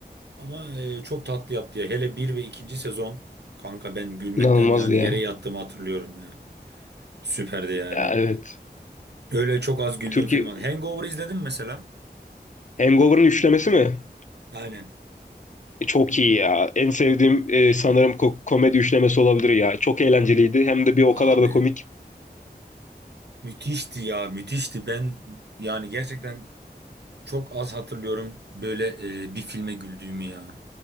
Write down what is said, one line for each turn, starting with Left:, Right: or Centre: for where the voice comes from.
Right: Ama e, çok tatlı yaptı ya. Hele bir ve ikinci sezon kanka ben gülmekten
Left: İnanılmazdı
Right: yani
Left: ya.
Right: yere yattığımı hatırlıyorum ya. Süperdi yani.
Left: Ya evet.
Right: Öyle çok az güldüğüm
Left: Türkiye
Right: film var. Hangover izledim mesela?
Left: Hangover'ın üçlemesi mi?
Right: Aynen.
Left: E, Çok iyi ya. En sevdiğim e, sanırım ko- komedi üçlemesi olabilir ya. Çok eğlenceliydi. Hem de bir o
Right: Abi
Left: kadar da komik.
Right: müthişti ya müthişti. Ben yani gerçekten çok az hatırlıyorum böyle e, bir filme güldüğümü ya.